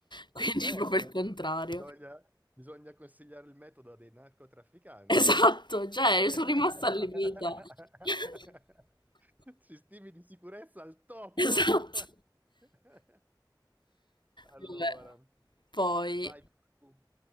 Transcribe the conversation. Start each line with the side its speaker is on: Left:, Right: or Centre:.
Left: quindi
Right: Top.
Left: proprio il contrario.
Right: Bisogna, bisogna consigliare il metodo a dei narcotrafficanti.
Left: Esatto, cioè
Right: <laughs>
Left: sono rimasta allibita. <laughs>
Right: Sistemi di sicurezza al top.
Left: Esatto.
Right: <laughs> Allora,
Left: Vabbè. Poi,
Right: vai tu.